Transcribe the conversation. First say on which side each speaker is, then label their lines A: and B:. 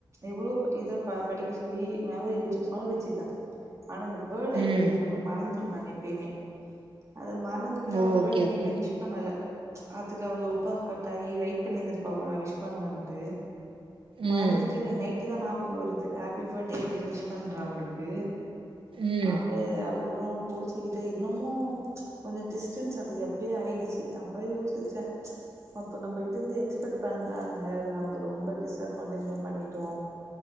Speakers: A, on the right; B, on the right.
A: எவ்வளோ பெரிய இத படிக்க சொல்லி மெமரி வச்சுக்க சொல் வச்சுப்பே ஆனா இந்த பேர்டே
B: ம்
A: டேட் மட்டு மறந்துடு நாங்க எப்பிமே அத மற் ந்துட்டே
B: ஓ!
A: அவ
B: ஓகே
A: பேர்டே அன்னக்கி
B: ஓகே
A: நா விஷ் பண்ணல அத்துக்கு அவள் ரொம்ப ஹட் ஆயி வெயிட் பண்ணிருந்துருக் போவலா விஷ் பண்ணுவான்ட்டு
B: ம்
A: மறந்துட்டு எனகு நைட் ட்டு தா ஞாபக வருது ஆப்பி பர்த்டே அப்டின்னு விஷ் பண்ற அவுளுக்கு
B: ம்
A: அவ அப்புறோ கோச்சிக்கிட்டு இன்னமு கொஞ்ச டிஸ்டன்ஸ் அது எப்பயோ ஆயிடுச்சு அப்ப யோசிச்சே ஒர்த்தங் நம்பக்கிட்ட இந்த எக்ஸ்பெட் பண்றாங்க அது நம்ப ரொம்ப டிஸ்அட்வான்டேஜ் லா பண்ணிட்டோ